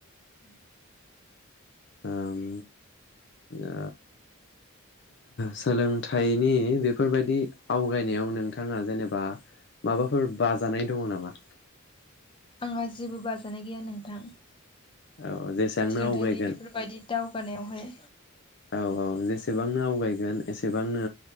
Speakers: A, on the left; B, on the left.
A: <inaudible>
B: ओम ओ सोलोंथाइनि बेफोरबायदि आवगायनायाव नोंथाङा जेनेबा माबाफोर बाजानाय दङ नामा।
A: आंहा जेबो बाजानाय गैया नोंथां।
B: औ जेसेबांनो
A: सोलोंथाइनि
B: आवगायगोन
A: बेफोरबायदि दावगानायावहाय।
B: औ औ जेसेबांनो आवगायगोन एसेबांनो